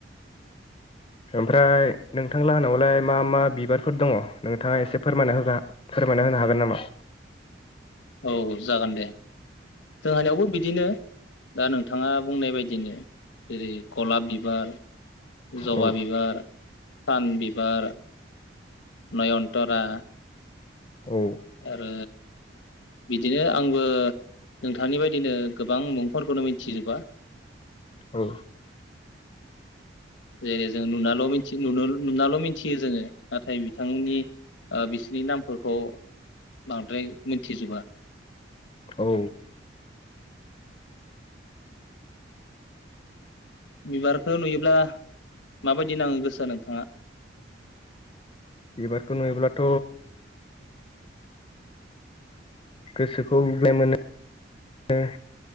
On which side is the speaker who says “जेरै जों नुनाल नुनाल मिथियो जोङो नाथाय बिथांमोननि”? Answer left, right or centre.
Left